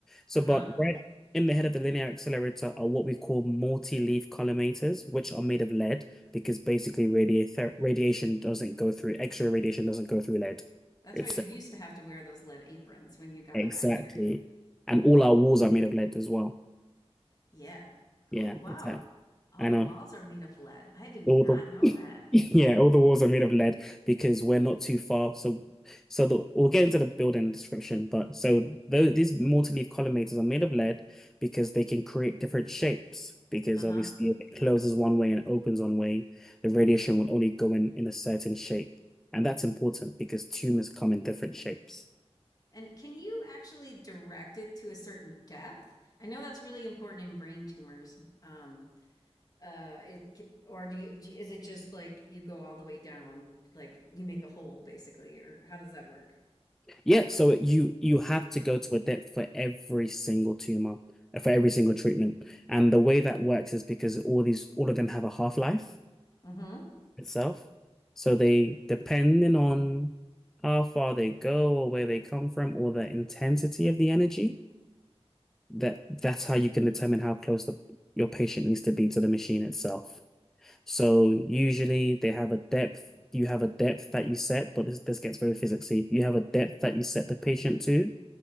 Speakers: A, in the centre; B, on the left (about 35°).
A: So
B: Uh
A: but
B: huh.
A: right in the head of the linear accelerator are what we call multi-leaf collimators, which are made of lead because basically radiator radiation doesn't go through X-ray radiation doesn't go through lead.
B: That's
A: It's
B: why you used to have to wear those lead aprons when you got
A: exactly.
B: an x-ray.
A: And all our walls are made of lead as well.
B: Yeah. Cool.
A: Yeah,
B: Wow.
A: exactly.
B: All
A: I
B: the
A: know.
B: walls are made of lead. I did not
A: All
B: know
A: the
B: that.
A: <laughs> yeah, all the walls are made of lead because we're not too far. So, so the, we'll get into the building description. But so those, these multi-leaf collimators are made of lead because they can create different shapes. Because
B: Uh-huh.
A: obviously, if it closes one way and opens one way, the radiation will only go in in a certain shape. And that's important because tumors come in different shapes.
B: And can you actually direct it to a certain depth? I know that's really important in brain tumors. Um, uh, it or do you, do is it just like you go all the way down, like you make a hole basically, or how does that work?
A: Yeah, so you you have to go to a depth for every single tumor, for every single treatment. And the way that works is because all these all of them have a half-life
B: Mm-hmm.
A: itself. So they, depending on how far they go or where they come from or the intensity of the energy, that that's how you can determine how close the your patient needs to be to the machine itself. So usually they have a depth, you have a depth that you set, but this this gets very physicsy. You have a depth that you set the patient to,